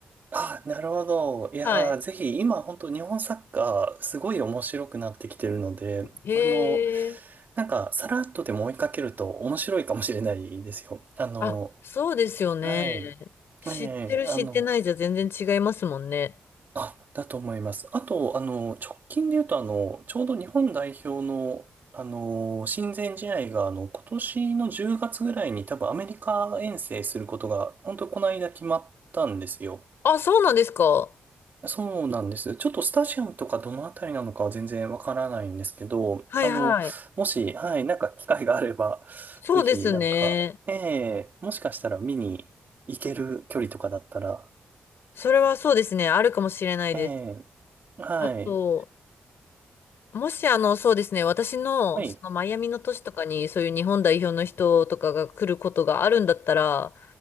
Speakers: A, on the right; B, on the left.
A: あ、なるほど。いやー、
B: はい。
A: ぜひ、今、本当日本サッカー、すごい面白くなってきてるので、
B: へえ。
A: あの、なんか、さらっとでも追いかけると面白いかもしれないですよ。あの、
B: あ、そうですよね。
A: はい。
B: 知ってる知ってないじゃ全然違いますもんね。
A: ええ、あの、あ、だと思います。あと、あの、直近で言うと、あの、ちょうど日本代表の、あの、親善試合が、あの、今年の10月ぐらいに多分アメリカ遠征することが、本当この間決まったんですよ。
B: あ、そうなんですか。
A: そうなんです。ちょっとスタジアムとかどのあたりなのかは全然わからないんですけど、
B: はいはい。
A: あの、もし、はい、なんか機会があれば、
B: そうですね。
A: ぜひ、なんか、ええもしかしたら見に行ける距離とかだったら、
B: それはそうですね。あるかもしれないです。
A: ええはい、
B: あと、もしあの、そうですね。私のそのマイアミの都市とかにそういう日本代表の人とかが来ることがあるんだったら、
A: はい、